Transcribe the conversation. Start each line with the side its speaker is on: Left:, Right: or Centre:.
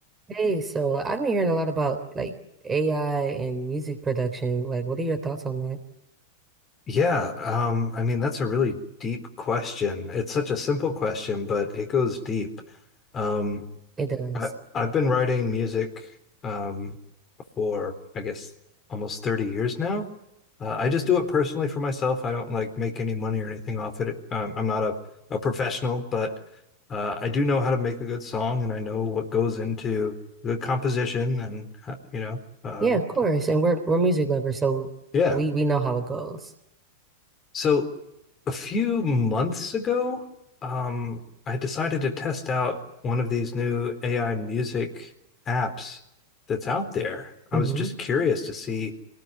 Right: Hey, so I've been hearing a lot about like AI and music production. Like, what are your thoughts on that?
Left: Yeah, um, I mean that's a really deep question. It's such a simple question, but it goes deep. Um,
Right: It does.
Left: I, I've been writing music um, for I guess almost 30 years now. Uh, I just do it personally for myself. I don't like make any money or anything off it. Um, I'm not a, a professional, but uh, I do know how to make a good song, and I know what goes into good composition and how- you know, um,
Right: Yeah, of course. And we're we're music lovers, so
Left: yeah.
Right: we we know how it goes.
Left: So a few months ago, um, I decided to test out one of these new AI music apps that's out there. I
Right: Mm-hmm.
Left: was just curious to see,